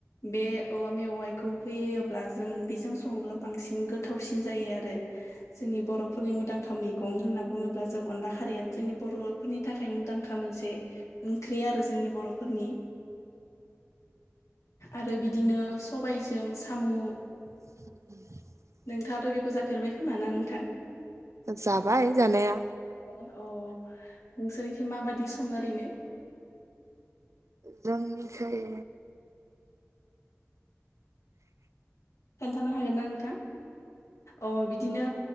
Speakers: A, on the left; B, on the right.
A: बे औवा मेवाइखौ होयोब्ला जों बेजों सङोब्ला बांसिन गोथावसिन जायो आरो जोंनि बर'फोरनि मोदांखा मैगं होनना बुङोब्ला जों अनला हारियानो जोंनि बर'फोरनि थाखाय मुंदांखा मोनसे ओंख्रि आरो जोंनि बर'फोरनि आरो बिदिनो सबायजों सामु
B: <inaudible>
A: नोंथाङाथ' बेखौ जाफेरबाय खोमा ना नोंथां?
B: जाबाय जानाया
A: औ नोंसोरनिखि माबादि सङो ओरैनो
B: जोंनिफ्राय
A: खोनथानो हागोन ना नोंथां अ बिदिनो